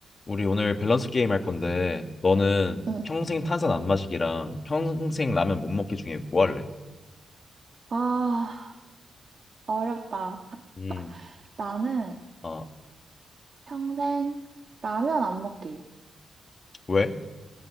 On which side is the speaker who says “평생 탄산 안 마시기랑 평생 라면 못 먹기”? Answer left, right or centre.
Left